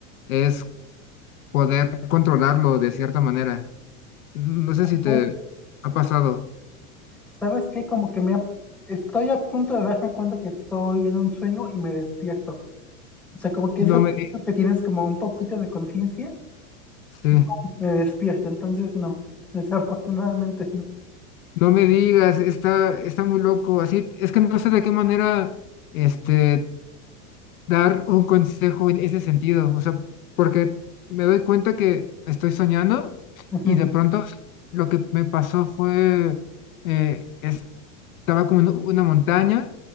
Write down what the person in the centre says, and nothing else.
Ay,
¿Sabes qué? Como que me ha- estoy a punto de darme cuenta que estoy en un sueño y me despierto. O sea, como que
esas
cosas que tienes como un poquito de conciencia
y pum, me despierto. Entonces, no, desafortunadamente no.
Ujú,